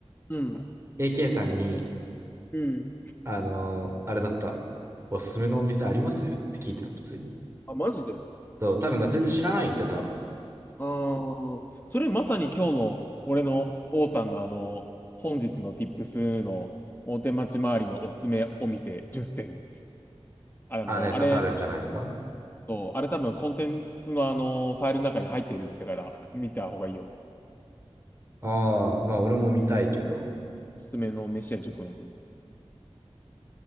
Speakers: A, on the left (about 20°); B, on the right (about 25°).
A: うん。
B: AK さんに、
A: うん。
B: あのーあれだった。おすすめのお店ありますって聞いてたの、普通に。
A: あ、マジで
B: そう、多分だ、全然知らないんだよ、多分。
A: ああ、それまさに今日の俺の王さんのあの、本日の Tips の大手町周りのおすすめお店10選。あの、
B: ああね、刺さるんじゃないですか
A: あれ、結構あれ多分コンテンツのあの、ファイルの中に入ってるって言ってたから見た方がいいよ。
B: ああ、まあ俺も見たいけど、
A: おすすめの飯屋10個載ってる。